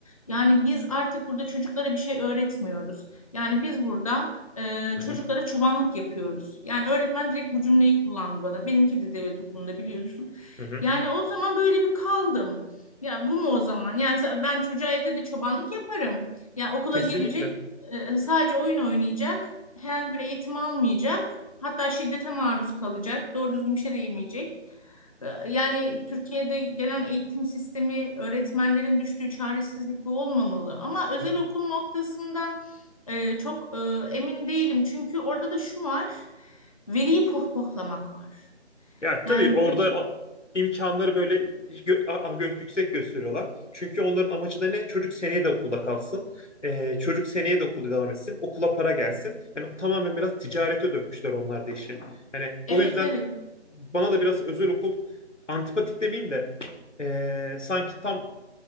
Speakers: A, on the left (about 30°); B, on the left (about 80°).
A: Yani biz artık burada çocuklara bir şey öğretmiyoruz. Yani biz burada e,
B: Hı
A: çocuklara
B: hı.
A: çobanlık yapıyoruz. Yani öğretmen direkt bu cümleyi kullandı bana. Benimki de devlet okulunda biliyorsun.
B: Hı hı.
A: Yani o zaman böyle bir kaldım. Ya bu mu o zaman? Yani sen- ben çocuğa evde de çobanlık yaparım. Yani okula
B: Kesinlikle.
A: gelecek e, sadece oyun oynayacak herhangi bir eğitim almayacak. Hatta şiddete maruz kalacak. Doğru düzgün bir şey de yemeyecek. Ee, Yani Türkiye'de gelen eğitim sistemi öğretmenlerin düştüğü çaresizlik bu olmamalı. Ama özel
B: Ya,
A: okul noktasında e, çok e, emin değilim. Çünkü orada da şu var. Veliyi pohpohlamak var.
B: Ya tabii
A: Yani
B: orada
A: böyle
B: a- imkanları böyle gö- a- a- gö- yüksek gösteriyorlar. Çünkü onların amacı da ne? Çocuk seneye de okulda kalsın. Ee, çocuk seneye de okulda devam etsin. Okula para gelsin. Yani tamamen biraz ticarete dökmüşler onlar da işi. Yani
A: evet
B: o yüzden
A: evet.
B: bana da biraz özel okul antipatik demeyeyim de ee, sanki tam